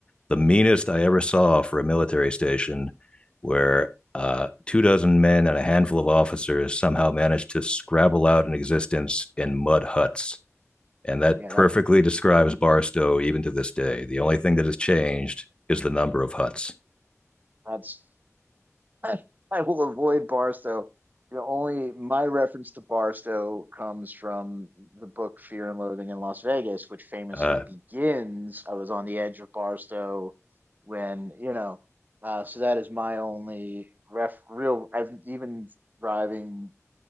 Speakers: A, on the left (about 20°); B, on the right (about 35°).
A: the meanest I ever saw for a military station, where uh, two dozen men and a handful of officers somehow managed to scrabble out an existence in mud huts. And that
B: Yeah,
A: perfectly
B: that
A: describes Barstow even to this day. The only thing that has changed is the number of huts.
B: that's <laughs> I will avoid Barstow. The only my reference to Barstow comes from the book Fear and Loathing in Las Vegas, which famously
A: Uh,
B: begins I was on the edge of Barstow when, you know, uh, so that is my only ref real I've even driving